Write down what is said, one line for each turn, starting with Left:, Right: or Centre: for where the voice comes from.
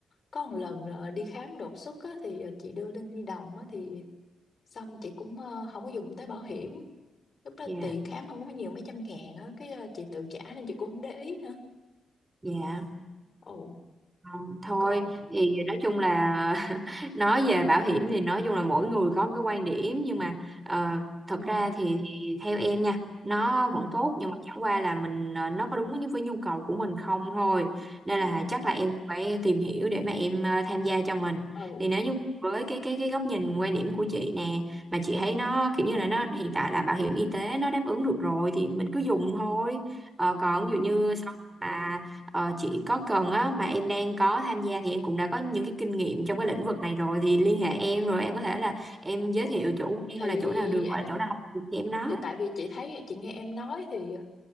Left: có một lần ờ, đi khám đột xuất á, thì ờ, chị đưa Linh nhi đồng á, thì xong chị cũng ờ, không có dùng tới bảo hiểm lúc đó
Right: dạ
Left: tiền khám không có nhiều mấy trăm ngàn á cái ờ, chị tự trả nên chị cũng không để ý nữa
Right: dạ
Left: ồ
Right: Không, thôi
Left: còn
Right: thì nói chung là <laughs> nói về bảo hiểm thì nói chung là mỗi người có một cái quan điểm nhưng mà ờ, thật
Left: ừ
Right: ra thì, thì theo em nha nó
Left: ừ
Right: vẫn tốt nhưng mà chẳng qua là mình ờ, nó có đúng với nhu cầu của mình không thôi nên là
Left: ừ
Right: chắc là em phải tìm hiểu để mà em ờ, tham gia cho mình
Left: ừ
Right: thì nếu như với cái cái cái góc nhìn quan điểm của chị nè mà chị thấy nó kiểu như là nó hiện tại là bảo hiểm y tế nó đáp ứng được rồi thì mình cứ dùng thôi Ờ, còn
Left: ừ
Right: ví dụ như sau mà Ờ, chị có cần á mà em đang có tham gia thì em cũng đã có những cái kinh nghiệm trong cái lĩnh vực này rồi thì liên hệ em rồi em có thể là em giới
Left: vâng.
Right: thiệu chỗ quen
Left: thì
Right: hoặc là chỗ nào được
Left: à,
Right: hoặc là chỗ nào không được thì em nói.
Left: thì tại vì chị thấy chị nghe em nói thì